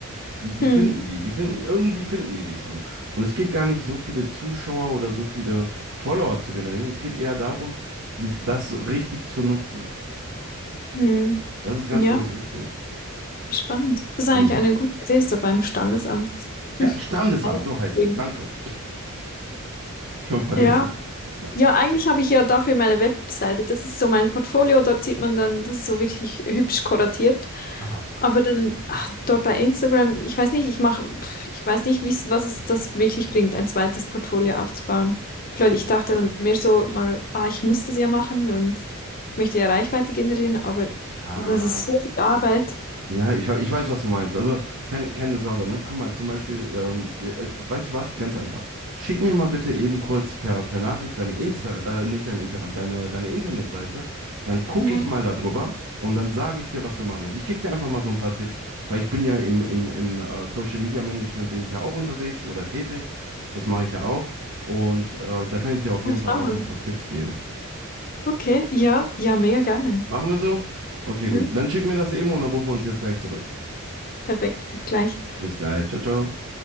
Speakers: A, on the right (about 65°); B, on the left (about 40°).
A: Die, die
B: Hm.
A: finden die, die finden, irgendwie finden die dich schon. Und es geht gar nicht so viele Zuschauer oder so viele Follower zu generieren. Es geht eher darum, dies- das richtig zu nutzen.
B: Hm.
A: Das ist ganz,
B: Ja,
A: ganz wichtig.
B: spannend. Das ist eigentlich
A: Mhm.
B: eine gute Idee, so beim Standesamt.
A: Ja, Standesamt,
B: einzubringen.
A: so heißt das. Danke. Schon vergessen,
B: Ja.
A: wie das hieß. Nein.
B: Ja, eigentlich habe ich ja dafür meine Webseite. Das ist so mein Portfolio, dort sieht man dann, das ist so wirklich hübsch kuratiert.
A: Aha.
B: Aber dann ach, dort bei Instagram, ich weiß nicht, ich mache, pf, ich weiß nicht, wie's, was es das wirklich bringt, ein zweites Portfolio aufzubauen. Vielleicht, ich dachte dann mehr so mal, ah, ich muss das ja machen und ich möchte ja Reichweite generieren, aber
A: Ja.
B: das ist so viel Arbeit.
A: Ja, ich, wei- ich weiß, was du meinst. Also keine, keine Sorge, ne? Guck mal, zum Beispiel, ähm, ja, also, weißt du was? Ganz einfach. Schick mir mal bitte eben kurz per, per Nachricht deine Insta, äh, nicht dein Instagram, deine, deine Internetseite. Dann gucke
B: Mhm.
A: ich mal darüber und dann sage ich dir, was du machen kannst. Ich gebe dir einfach mal so ein paar Tipps, weil ich bin ja im, im, im äh, Social Media Management bin ich ja auch unterwegs oder tätig. Das mache ich ja auch. Und äh, da kann ich dir auf jeden
B: Ach,
A: Fall
B: damals.
A: auch ein paar Tipps geben.
B: Okay, ja, ja, mega gerne.
A: Machen wir so? Okay,
B: Mhm.
A: gut. Dann schick mir das eben und dann rufen wir uns jetzt gleich zurück.
B: Perfekt, bis gleich.
A: Bis gleich. Ciao, ciao.